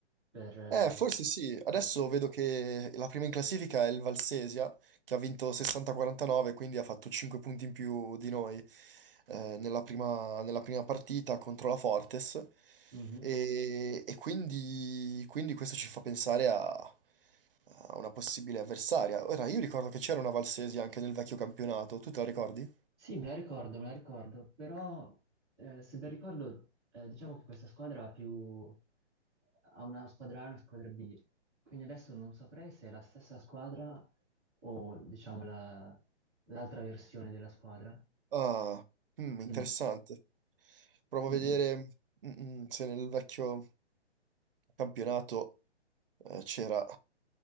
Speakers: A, in the centre; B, on the right (about 55°).
A: per... eh,
B: Eh, forse sì. Adesso
A: sì,
B: vedo che la prima in classifica è il Valsesia, che ha vinto 60-49, quindi ha fatto 5 punti in più di noi eh, nella prima, nella prima partita contro la Fortes.
A: mhm.
B: E, e quindi, quindi questo ci fa pensare a, a una possibile avversaria. Ora, io ricordo che c'era una Valsesia anche nel vecchio campionato. Tu te la ricordi?
A: Sì, me la ricordo, me la ricordo, però eh, se ben ricordo, eh, diciamo che questa squadra ha più... ha una squadra A e una squadra B, quindi adesso non saprei se è la stessa squadra o, diciamo, la- l'altra versione della squadra.
B: Ah, mm, interessante.
A: Mm,
B: Provo
A: mm,
B: a vedere
A: mm.
B: mm, mm, se nel vecchio campionato eh, c'era.